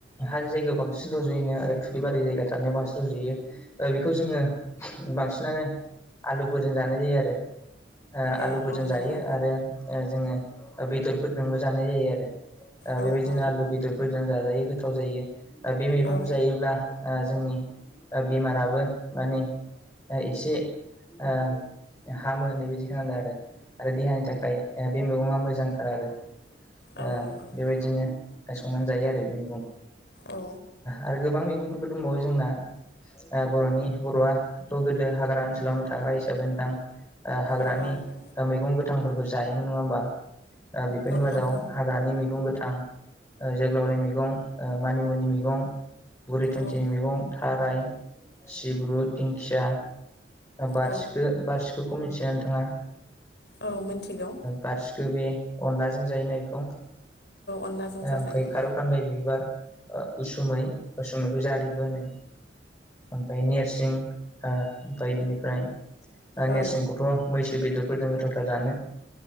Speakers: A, on the left; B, on the left.
A: हाजो जायगायाव बांसिन रज'योनो आरो थुरिबारि जायगा थानायाव बांसिन रज'यो ओ बेखौ जोङो बांसिनानो आलुफोरजों जानाय जायो आरो ओ
B: ए
A: आलुफोरजों
B: औ
A: जायो
B: नंगौ।
A: आरो जोङो बेदरफोरजोंबो जानाय जायो आरो ओ
B: औ
A: बेबायदिनो
B: औ।
A: आलु बेदरफोरजों जाजायो गोथाव जायो ओ बे मैगंखौ
B: औ। औ औ।
A: जायोब्ला ओ जोंनि ओ बेमाराबो माने एसे ओ हामो होननाय बादि खोनादों आरो आरो देहानि थाखाय ओ बे मैगङा मोजांथार आरो ओ
B: औ नंगौ
A: बेबायदिनो संनानै जायो आरो बे मैगं ओ
B: औ
A: आरो गोबां मैगंफोरबो दंबावो जोंना ओ बर'नि बर'आथ' गोदो हाग्रा ओनसोलावनो थाग्रा हिसाबै नोंथां ओ हाग्रानि
B: औ औ
A: मैगं गोथांफोरखौ जायोमोन नङा होमबा ओ बेफोरनि
B: औ
A: मादाव
B: नंगौ।
A: हाग्रानि मैगं गोथां जोग्लावरि मैगं मैगं ओ मानिमुनि मैगं बुरि थुुनथिनि
B: औ।
A: मैगं थाराय सिब्रु दिंखिया बारसिखो
B: औ
A: बारसिखोखौ मिथिगोन नोंथाङा
B: औ मिथिगौ
A: बारसिखो बे अनलाजों जायो ना बेखौ
B: अनलाजों जाजायो
A: ओमफ्राय खारौ बिबार ओ उसुमै उसुमैखौ जारिबो होनो ओमफाय नेरसिं ओमफ्राय बिनिफ्राय ओ नेरसिंखौथ'
B: औ
A: मैसो बेदरफोरजों गोथावथार जानो